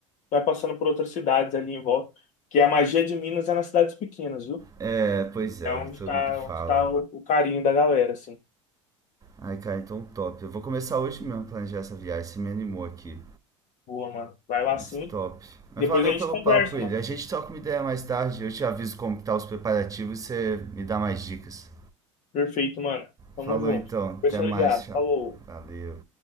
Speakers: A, on the left; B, on the right.
A: vai passando por outras cidades ali em volta. Que a magia de Minas é nas cidades pequenas, viu?
B: É, pois é,
A: É onde
B: o que todo
A: tá,
B: mundo fala.
A: onde tá o, o carinho da galera, assim.
B: Ai, cara, então top. Eu vou começar hoje mesmo a planejar essa viagem, você me animou aqui.
A: Boa, mano. Vai lá
B: Mas
A: sim.
B: top. Mas
A: Depois
B: valeu
A: a gente
B: pelo
A: conversa,
B: papo, ele.
A: mano.
B: A gente troca uma ideia mais tarde, eu te aviso como que tá os preparativos e você me dá mais dicas.
A: Perfeito, mano. Tamo
B: Falou
A: junto.
B: então,
A: Pessoal
B: até mais,
A: ligado.
B: tchau.
A: Falou.
B: Valeu.